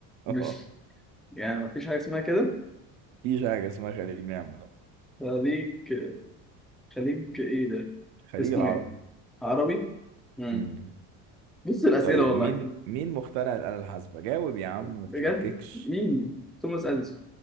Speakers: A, on the right; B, in the centre.
A: اه
B: مش يعني مفيش حاجة اسمها كده
A: مفيش حاجة اسمها خليج نعمة لا
B: خليك خليك ايه ده
A: الخليج
B: اسمه
A: العربي
B: ايه عربي مم.
A: امم
B: بص الأسئلة
A: طيب
B: والله
A: مين مين مخترع الآلة الحاسبة جاوب يا عم
B: بجد
A: ما تتلككش
B: مين توماس أديسون